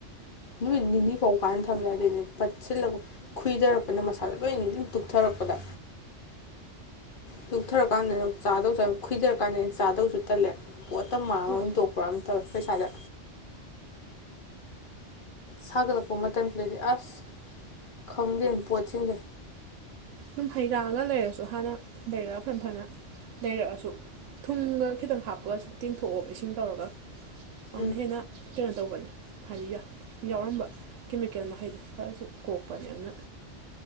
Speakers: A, on the left; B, on the right.
A: ꯅꯨꯃꯤꯠ ꯅꯤꯅꯤ ꯐꯥꯎ ꯐꯥꯅꯥ ꯊꯝ ꯌꯥꯗꯦꯅꯦ ꯄꯠꯁꯤꯜꯂ ꯈꯨꯏꯊꯔꯛꯄꯅ ꯃꯁꯥꯗ ꯂꯣꯏ ꯇꯨꯞꯊꯔꯛꯄꯗ ꯇꯨꯛꯊꯔ ꯀꯥꯟꯗꯅ <unintelligible> ꯈꯣꯏꯏꯊꯔ ꯀꯥꯟꯗ ꯆꯥꯗꯧꯁꯨ ꯇꯜꯂꯦ ꯄꯣꯠꯇ ꯃꯥꯡꯉꯒ
B: ꯍꯣꯏ
A: ꯑꯣꯏꯅ ꯇꯣꯛꯄ꯭ꯔꯥ ꯑꯃꯝ ꯇꯧꯋꯦ ꯄꯩꯁꯥꯗ ꯁꯥꯒꯠꯂꯛꯄ ꯃꯇꯝꯁꯤꯗꯗꯤ ꯑꯁ ꯈꯪꯗꯦ ꯄꯣꯠꯁꯤꯡꯁꯦ
B: ꯑꯗꯨꯝ ꯍꯩꯔꯥꯒ ꯂꯩꯔꯁꯨ ꯍꯥꯟꯅ ꯂꯩꯔ ꯐꯟꯅ ꯐꯟꯅ ꯂꯩꯔꯛꯑꯁꯨ ꯊꯨꯝꯒ ꯈꯤꯇꯪ ꯍꯥꯞꯄꯒ ꯇꯦꯡꯊꯣꯛꯑꯣꯕ ꯏꯁꯤꯡ ꯇꯧꯔꯒ ꯑꯗꯨꯅ
A: ꯎꯝ
B: ꯍꯦꯟꯅ ꯀꯩꯅꯣ ꯇꯧꯕꯅꯦ ꯍꯥꯏꯗꯤ ꯌꯥꯎꯔꯝꯕ ꯀꯦꯃꯤꯀꯦꯜ ꯃꯈꯩꯗꯣ ꯈꯔꯁꯨ ꯀꯣꯛꯄꯅꯦ ꯑꯗꯨꯅ